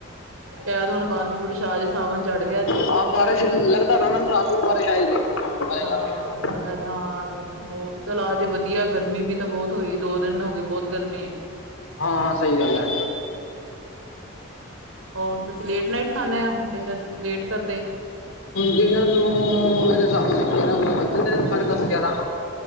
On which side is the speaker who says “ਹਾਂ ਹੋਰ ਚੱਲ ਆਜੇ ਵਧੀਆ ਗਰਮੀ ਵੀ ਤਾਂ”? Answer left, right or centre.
Right